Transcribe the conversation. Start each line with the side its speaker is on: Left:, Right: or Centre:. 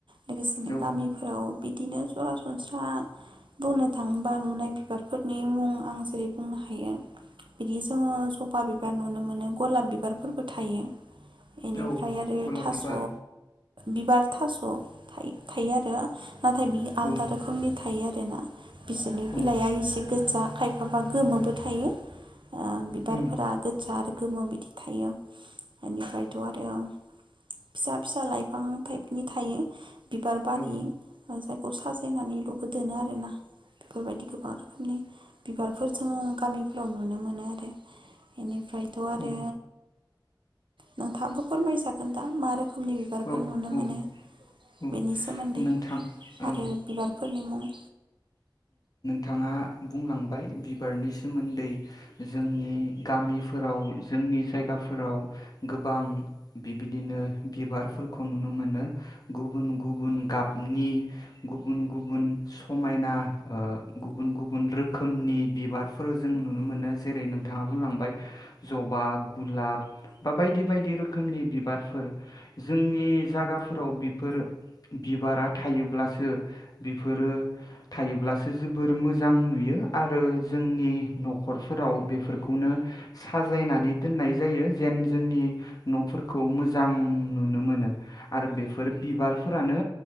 Right: लोगोसेनो
Left: औ
Right: गामिफोराव बिदिनो सरासनस्रा बुंनो थाङोबा नुनाय बिबारफोरनि मुं आं जेरै बुंनो हायो बिदि जोङो सबा बिबार नुनो मोनो गलाब बिबारफोरबो थायो एनिफ्राय
Left: औ
Right: आरो
Left: गलाब
Right: थास'
Left: बिबार
Right: बिबार थास' थायो आरो नाथाय बियो आलदा
Left: औ
Right: रोखोमनि थायो आरो ना बिसोरनि
Left: औ
Right: बिलाइआ एसे गोजा खायफाबा गोमोबो थायो ओ बिबारफोरा
Left: उम
Right: गोजा आरो गोमो बिदि थायो बेनिफ्रायथ' आरो फिसा फिसा लाइफां टाइपनि थायो बिबार बारि
Left: औ
Right: जायगवखौ साजायनानैल'बो दोनो आरोना बेफोरबायदि गोबां रोखोमनि बिबारफोर जोङो गामिफ्राव नुनो मोनो आरो बेनि ओमफ्रायथ' आरो
Left: औ
Right: नोंथाङाबो फोरमायजागोन दा मारै रोखोमनि बिबारफोर
Left: औ
Right: नुनो
Left: औ
Right: मोनो
Left: औ
Right: बेनि सोमोन्दै
Left: नोंथां औ
Right: आरो बिबारफोरनि मुं
Left: थाङा बुंलांबाय बिबारनि सोमोन्दै जोंनि गामिफोराव जोंनि जायगाफोराव गोबां बिबिदिनो बिबार फोरफोरखौ नुनो मोनो गुबुन गुबुन गाबनि गुबुन गुबुन समायना ओ गुबुन गुबुन रोखोमनि बिबारफोर जों नुनो मोनो जेरै नोंथाङा बुंलांबाय जबा गुलाब बा बायदि बायदि रोखोमनि बिबारफोर जोंनि जागाफोराव बेफोर बिबारा थायोब्लासो बेफोरो थायोब्लासो जोबोर मोजां नुयो आरो जोंनि न'खरफोराव बेफोरखौनो साजायनानै दोननाय जायो जेन जोंनि न'फोरखौ मोजां नुनो मोनो आरो बेफोर बिबारफोरानो